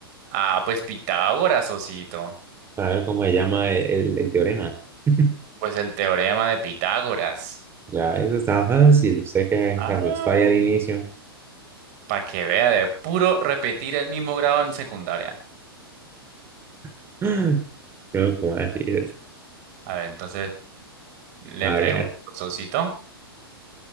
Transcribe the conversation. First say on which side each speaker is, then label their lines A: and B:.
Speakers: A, on the right (about 45°); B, on the right (about 20°).
A: Ah, pues Pitágoras, Sosito.
B: A ver cómo se llama el, el- el teorema. <laughs>
A: Pues el teorema de Pitágoras.
B: Ya, eso está fácil. Usted que
A: Ah,
B: se asustó ahí al inicio.
A: para que vea, de puro repetir el mismo grado en secundaria.
B: <gasps> Creo que, ¿cómo decir?
A: A ver, entonces le
B: A
A: pregunto,
B: ver,
A: Sosito,